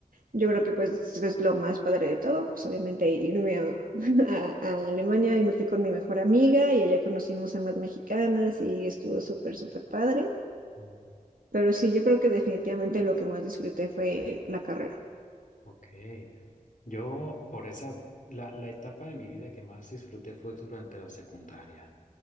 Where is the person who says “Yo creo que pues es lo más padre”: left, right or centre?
Right